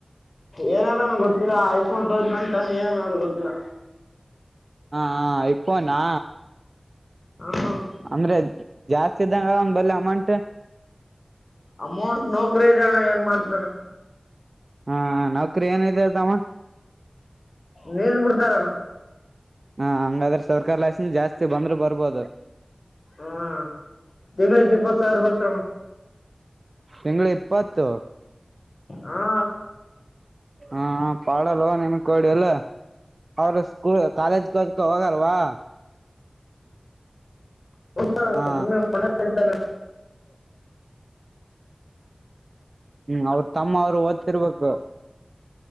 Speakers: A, on the left; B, on the right.
A: ಏನಾದ್ರನುೂ ಗೊತ್ತಿಲ್ಲ ಐಫೋನ್ ತೋದ ನಂತಾನ ಏನನಾದ್ರೂ ಗೊತ್ತಿಲ್ಲ
B: ಹ ಹ ಇಪ್ಪ ನಾ
A: ಹ್ಮ್
B: ಅಂದ್ರೆ ಜಾಸ್ತಿ ಇದಂಗ ಒಂದ ಬಲ್ಲ ಅಮೌಂಟ್
A: ಅಮೌಂಟ್ ನೋಕ್ರ ಇದದೆ ಅಣ್ಣ ಏನ್ ಮಾಡ್ತಾರೆ
B: ಹಾ ನೌಕರಿ ಏನಿದೆ ಅದಮ್ಮ
A: ನೀಲ್ ಬಿಡ್ತಾರಣ್ಣ
B: ಹಾ ಹಂಗಾದ್ರೆ ಸರ್ಕಾರಿ ಲೈಸೆನ್ ಜಾಸ್ತಿ ಬಂದ್ರರು ಬರ್ಬೋದು
A: ಹಾ ತಿೆಗ್ಳಿಗೆ ಪ್ರೋತ್ಸಾರ ಬರ್ತಾವ
B: ತಿಂ ಇಪ್ಪತ್ತು
A: ಹಾ
B: ಹಾ ಪಾಡಲ್ಲ ನಿಮ ಕೊಡಿ ಎಲ್ಲ ಅವರು ಸ್ಕೂಲ್ ಕಾಲೇಜ್ಗೆ ಹೋದಕ ಹೋಗಲ್ವಾ
A: ತು
B: ಹಾ
A: ಮನರಿತ
B: ಹ್ಮ್ ಅವ್ರ ತಮ್ಮ ಅವ್ರು ಓದ್ತಿರ್ಬೇಕು